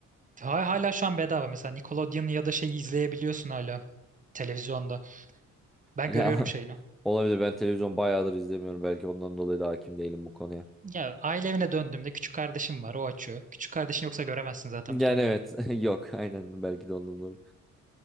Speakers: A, on the right; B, in the centre.
A: Ha- Hala şu an bedava. Mesela Nickelodeon ya da şeyi izleyebiliyorsun hala televizyonda. Ben
B: Ya
A: görüyorum
B: <laughs>
A: şeyini.
B: olabilir ben televizyon bayağıdır izlemiyorum. Belki ondan dolayı da hakim değilim bu konuya.
A: Ya aile evine döndüğümde küçük kardeşim var o açıyor. Küçük kardeşin yoksa göremezsin zaten
B: Yani
A: muhtemelen.
B: evet <laughs> yok aynen belki de ondan dolayı.